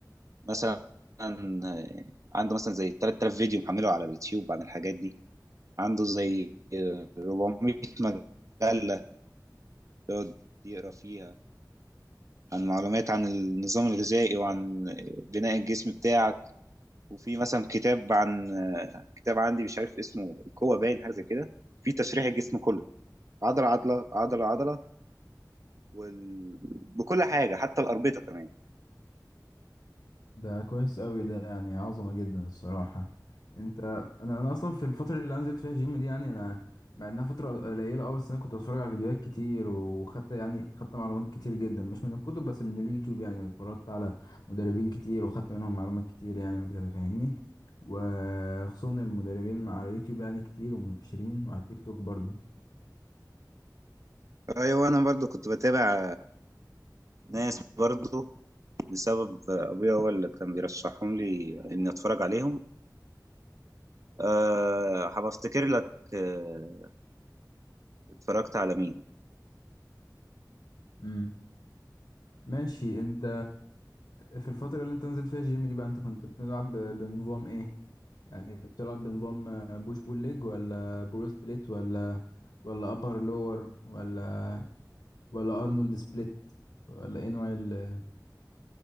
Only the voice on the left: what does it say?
ده كويس قوي ده يعني عظمة جدا الصراحة انت انا انا اصلا في الفترة اللي أنا نزلت فيها جيم دي يعني انا مع انها فترة قليلة اه بس انا كنت بتفرج على فيديوهات كتير وخدت يعني خدت معلومات كتير جدا مش من الكتب بس من اليوتيوب يعني واتفرجت على مدربين كتير وخدت منهم معلومات كتير يعني وكده فاهمني وخصوصا المدربين على اليوتيوب يعني كتير ومنتشرين وعلى التيك توك برضو
امم ماشي انت في الفترة اللي انت نزلت فيها الجيم دي بقى انت كنت بتلعب بنظام ايه؟ يعني بتلعب بنظام بوش بول ليج ولا برو سبليت ولا ولا ابر لور ولا ولا ارنولد سبليت ولا ايه نوع ال...